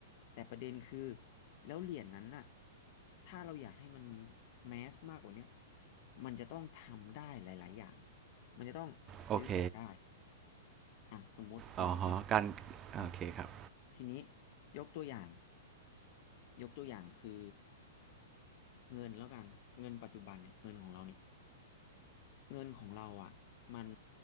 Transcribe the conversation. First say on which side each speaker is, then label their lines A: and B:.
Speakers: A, on the left; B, on the right.
A: แต่ประเด็นคือแล้วเหรียญนั้นน่ะถ้าเราอยากให้มันแมสมากกว่าเนี้ยมันจะต้องทำได้หลายๆอย่างมันจะต้องซื้อของได้
B: โอเค
A: อ่ะสมมติสมมตินะ
B: อ๋อฮะการ
A: อ่ะ
B: โอเคครับ
A: ทีนี้ยกตัวอย่างยกตัวอย่างคือเงินแล้วกันเงินปัจจุบันเนี่ยเงินของเราเนี่ย เงินของเราอ่ะมัน